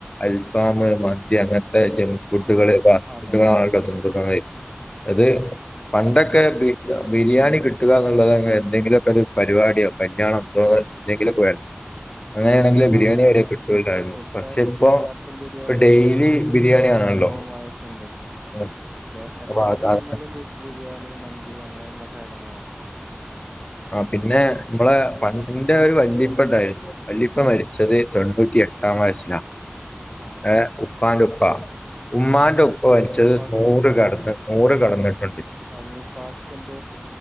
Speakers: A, on the left (about 30°); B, on the right (about 15°).
A: അൽഫാം മന്തി അങ്ങനെ ജങ്‌സ് ഫുഡുകള്
B: ആ
A: ഫ
B: അതെ
A: ഫുഡക്കക്കുന്നത് അത് പണ്ടൊക്കെ ബിരിയാണി കിട്ടുക എന്നുള്ളത് എന്തെങ്കിലുമൊക്കെ ഒരു പരിപാടിയോ കല്യാണം എന്തോ എന്തെങ്കിലവരണം അങ്ങനെയാണെങ്കിൽ
B: പ
A: ബിരിയാണി
B: അതെ
A: വരെ കിട്ടൂലായിരുന്നു
B: ഇ ഇപ്പ
A: പക്ഷെ
B: ഇപ്പ
A: ഇപ്പൊ
B: എല്ലായിടത്തും ബിരിയാ
A: ഇപ്പൊ
B: ബിരിയാണി
A: ഡെയിലി ബിരിയാണി ആണല്ലോ
B: സുലഭമായിട്ടുണ്ട്
A: ഉം.
B: എ അപ്പൊ എവിടെ
A: അത്
B: ചെന്നാലും
A: അത്
B: ബിരിയാണി മന്തി അങ്ങനെയുള്ള കാര്യങ്ങളാണ്
A: ആ പിന്നെ നമ്മള ഫ്രണ്ടിന്റെ ഒരു വല്ലിപ്പണ്ടായിരുന്നു വല്ലിപ്പ മരിച്ചത് തൊണ്ണൂറ്റി എട്ടാം വയസ്സിലാണ്
B: ആഹ
A: ഏ ഉപ്പാനുപ്പ ഉമ്മാന്റെ ഉപ്പ് മരിച്ചത്
B: വല്ലിപ്പാക്ക്
A: നൂറ്
B: വല്ലിപ്പ
A: കടന്ന് നൂറ് കടന്നിട്ടുണ്ട്
B: വല്ലിപ്പാക്ക് എന്ത